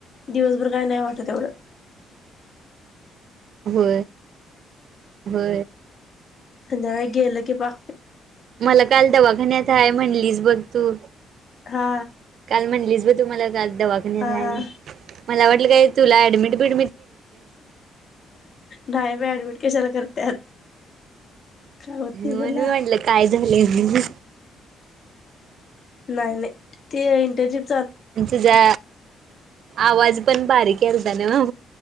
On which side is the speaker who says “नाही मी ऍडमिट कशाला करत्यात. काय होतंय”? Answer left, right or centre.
Left